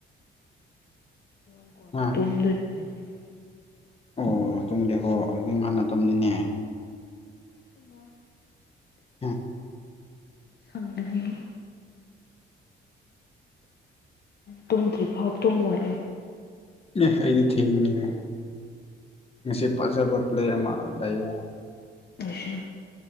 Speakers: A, on the left; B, on the left.
A: ꯄꯝ ꯀ ꯑꯗꯨ
B: ꯑ
A: ꯇꯨꯡꯨꯝꯗ ꯃꯔꯔꯤ ꯑꯣ
B: ꯑꯣ ꯇꯨꯡꯗꯦꯀꯣ ꯑꯗꯨ ꯃꯥꯟꯅꯗꯕꯅꯤꯅꯦ
A: ꯇ ꯃꯣꯏ
B: ꯎꯝ
A: ꯁꯝꯗꯅꯤ ꯇꯨꯝꯗ꯭ꯔꯤ ꯐꯥꯎ ꯇꯨꯝ ꯃꯣꯏ
B: ꯑꯦ ꯑꯩꯗꯤ ꯊꯦꯡꯅꯤꯉꯦ ꯉꯁꯤ ꯐꯖꯕ ꯄ꯭ꯂꯦ ꯑꯃ ꯂꯩꯌꯦ
A: ꯑꯁ